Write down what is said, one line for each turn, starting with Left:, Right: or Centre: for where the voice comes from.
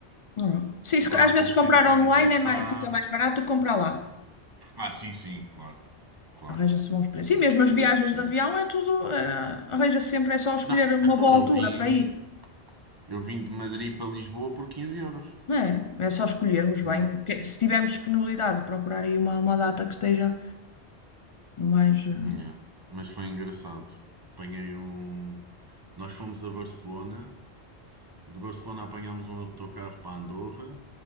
Left: Não. Se
Right: agora
Left: isso, às
Right: há pouco
Left: vezes comprar
Right: tempo, porque
Left: online
Right: aquilo
Left: é
Right: está.
Left: mais- fica mais barato do comprar lá.
Right: Ah, sim, sim, claro. Claro.
Left: Arranja-se bons preços. E
Right: Isso,
Left: mesmo as viagens
Right: isso.
Left: de avião é tudo, eh, arranja-se sempre, é só escolher
Right: Não,
Left: uma
Right: então
Left: boa
Right: eu
Left: altura
Right: vim.
Left: para ir,
Right: Eu vim de Madrid para Lisboa por quinze euros.
Left: não é? É só escolhermos
Right: Não,
Left: bem, que- se tivermos disponibilidade, procurar aí uma, uma data que esteja mais. eh,
Right: não. Mas foi engraçado. Apanhei um. Nós fomos a Barcelona. De Barcelona apanhámos um autocarro para Andorra.